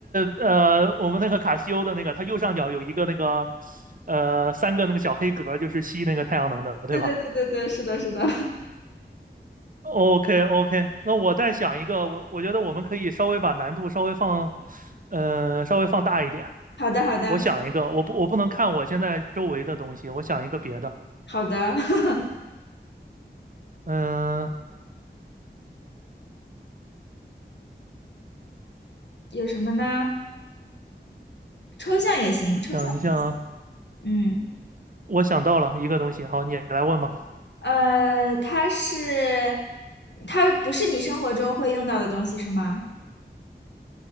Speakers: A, on the right (about 50°); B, on the left (about 70°).
A: 呃我们那个卡西欧的那个，它右上角有一个那个呃三个那个小黑格，就是吸那个太阳能的，对吧？
B: 对对对对对，是的，是的，
A: OK OK，那我再想一个，我我觉得我们可以稍微把难度稍微放，呃，稍微放大一点。
B: <laughs> 好的好的
A: 我想一个，我不我不能看我现在周围的东西，我想一个别的。
B: 好的，<laughs>
A: 嗯、
B: 有什么呢？抽象也行，
A: 我想一想，
B: 抽象的也行。嗯，
A: 我想到了一个东西，好，你来问吧。
B: 呃，它是，它不是你生活中会用到的东西是吗？